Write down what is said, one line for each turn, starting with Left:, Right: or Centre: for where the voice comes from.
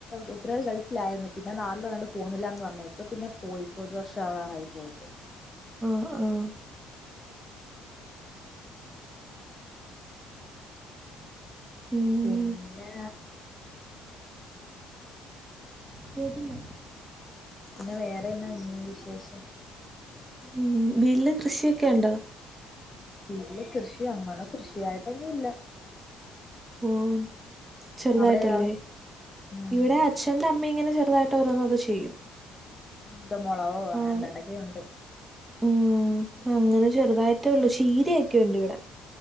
Left: ഒത്തിരിനാള് ഗൾഫിലായിരുന്നു പിന്നെ നാളിലണ്ട് പോണില്ലാന്ന് പറഞ്ഞ് ഇപ്പൊ പിന്നെ പോയി ഇപ്പൊ ഒരു വർഷം ആകറായി പോയിട്ട്
Right: ആഹ് ആഹ് ഉം
Left: പിന്നെ
Right: കേട്ടില്ല
Left: പിന്നെ വേറെ എന്നാന്നെ വിശേഷം?
Right: ഉം വീട്ടില് കൃഷിയൊക്കെ ഉണ്ടോ?
Left: ബല്യ കൃഷി അങ്ങനെ കൃഷിയായിട്ടൊന്നും ഇല്ല
Right: ഓഹ് ചെറുതായിട്ടല്ലേ
Left: അവിടെയാ ഉം
Right: ഇവിടെ അച്ഛന്റെ അമ്മ ഇങ്ങനെ ചെറുതായിട്ട് ഓരോന്നൊക്കെ ചെയ്യും
Left: ഉണ്ട മുളകോ അങ്ങനെ
Right: ആഹ്
Left: എന്താണ്ടൊക്കെയോ ഉണ്ട്
Right: ഉം അങ്ങനെ ചെറുതായിട്ടേ ഉള്ളൂ ചീരയൊക്കെ ഉണ്ട് ഇവിടെ